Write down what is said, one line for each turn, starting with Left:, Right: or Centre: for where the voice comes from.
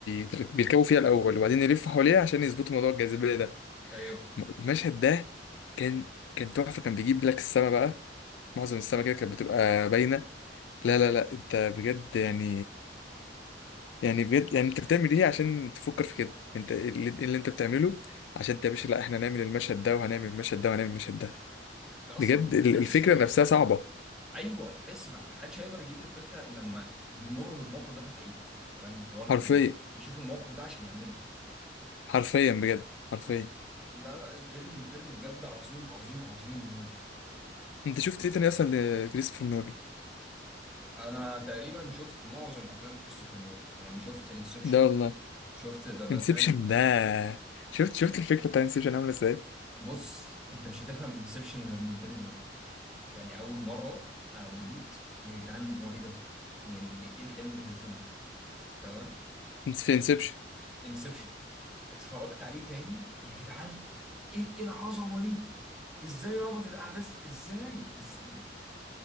Left: بيتر- بيركبوا فيها الاول وبعدين يلفوا حواليها عشان يظبطوا موضوع الجاذبيه ده
Centre: ايوه
Left: المشهد ده كان كان تحفه كان بيجيب لك السما بقى معظم السما كده كانت بتبقى باينه لا
Centre: ايوه
Left: لا لا انت بجد يعني يعني بجد يعني انت بتعمل ايه عشان تفكر في كده انت إيه اللي, إيه اللي انت بتعمله عشان انت يا باشا لا احنا هنعمل المشهد ده وهنعمل المشهد ده وهنعمل المشهد ده
Centre: انت اصلا
Left: بجد ال-
Centre: تحس
Left: الفكره
Centre: يعني
Left: نفسها صعبه
Centre: ايوه تحس ما ما حدش هيقدر يجيب الفكره إلا لما يمر بالموقف ده في الحقيقه فاهم اللي هو
Left: حرفيا
Centre: يشوف يشوف الموقف ده عشان يعمله
Left: حرفيا بجد حرفيا
Centre: لا لا الفيلم فيلم بجد عظيم عظيم عظيم يعني
Left: انت شفت ايه تاني اصلا لكريستوفر نولان
Centre: انا تقريبا شفت معظم افلام كريستوفر نولان يعني شفت انسبشن
Left: ده والله
Centre: شفت ذا باتمان
Left: انسبشن ده شفت شفت الفكره بتاع انسبشن عامله ازاي
Centre: بص انت مش هتفهم انسبشن غير من تاني مره يعني اول مره انا مبسوط يا جدعان هو ايه ده يعني ايه إيه الحلو اللي في الفيلم تمام
Left: في انسبشن
Centre: انسبشن اتفرجت عليه تاني يا جدعان ايه إيه العظمه دي ازاي ربط الاحداث ازاي إز...